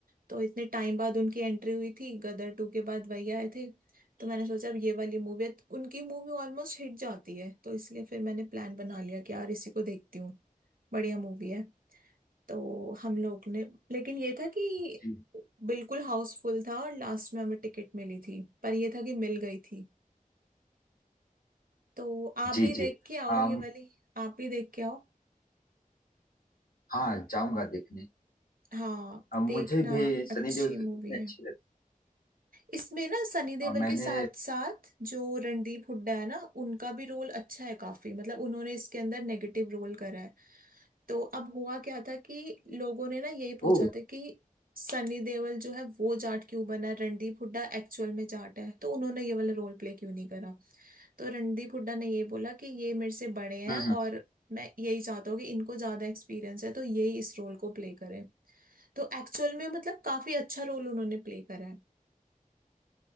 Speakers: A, on the right; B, on the left.
A: तो इतने टाइम बाद उनकी एंट्री हुई थी गदर टू के बाद वही आए थे तो मैंने सोचा अब ये वाली मूवी उनकी मूवी ऑलमोस्ट हिट जाती है तो इसलिए फिर मैंने प्लान बना लिया कि यार इसी को देखती हूँ बढ़िया मूवी है तो हम लोग ने लेकिन ये था कि
B: जी
A: बिल्कुल हाउसफुल था और लास्ट में हमें टिकट मिली थी पर ये था कि मिल गई थी तो आप
B: जी
A: भी देख
B: जी
A: के आओ
B: अम,
A: ये वाली आप भी देख के आओ
B: हाँ जाऊंगा देखने
A: हाँ
B: अम,
A: देखना
B: मुझे भी सनी
A: अच्छी
B: देओल
A: मूवी
B: की कितनी
A: है
B: अच्छी लगी
A: इसमें ना सनी देओल
B: अम, मैंने
A: के साथ साथ जो रणदीप हुड्डा है ना उनका भी रोल अच्छा है काफी मतलब उन्होंने इसके अंदर नेगेटिव रोल करा है तो अब हुआ क्या था कि लोगों ने ना यही
B: ओ
A: पूछा था कि सनी देओल जो है वो जाट क्यों बना है रणदीप हुड्डा एक्चुअल में जाट है तो उन्होंने ये वाला रोल प्ले क्यों नहीं करा तो रणदीप हुड्डा ने ये बोला कि ये मेरे से बड़े हैं
B: हम्म हम्म,
A: और मैं यही चाहता हूँ कि इनको ज्यादा एक्सपीरियंस है तो यही इस रोल को प्ले करें तो एक्चुअल में मतलब काफी अच्छा रोल उन्होंने प्ले करा है